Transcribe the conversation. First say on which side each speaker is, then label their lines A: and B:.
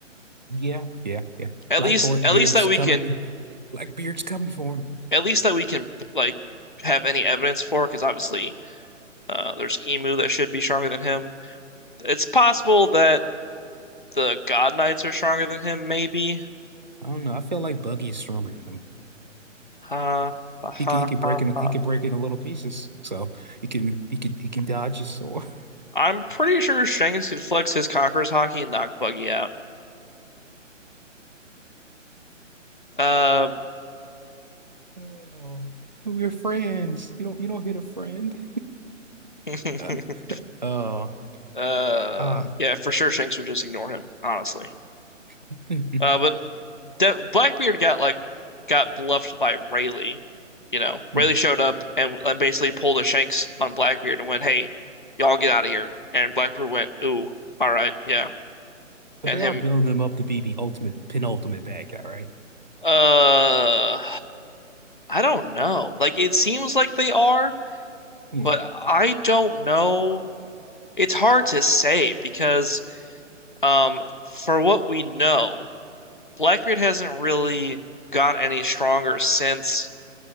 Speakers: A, on the right; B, on the left.
A: Yeah, yeah, yeah.
B: at
A: Blackbeard's
B: least at least that we
A: coming.
B: can
A: Blackbeard's coming for him.
B: at least that we can like have any evidence for, because obviously uh, there's Emu that should be stronger than him. It's possible that the God Knights are stronger than him, maybe.
A: I don't know. I feel like Buggy's stronger than him.
B: Ha ha
A: He
B: ha
A: can he can break
B: ha
A: in.
B: ha.
A: he can break it into little pieces. So he can he can he can dodge his sword. <laughs>
B: I'm pretty sure Shanks could flex his Conqueror's hockey and knock Buggy out. Uh,
A: Oh, we're friends. You don't you don't hit a friend.
B: <laughs>
A: <laughs> Oh,
B: Uh,
A: uh,
B: yeah, for sure, Shanks would just ignore him, honestly.
A: <laughs>
B: Uh, but De Blackbeard got like got bluffed by Rayleigh. You know,
A: but
B: Rayleigh showed up and, and basically pulled a Shanks on Blackbeard and went, "Hey, y'all get out of here." And Blackbeard went, "Ooh, all right, yeah."
A: they
B: And him,
A: are building him up to be the ultimate penultimate bad guy, right?
B: uh, I don't know. Like it seems like they are,
A: Mm-hmm.
B: but I don't know. It's hard to say because, um, for what we know, Blackbeard hasn't really got any stronger since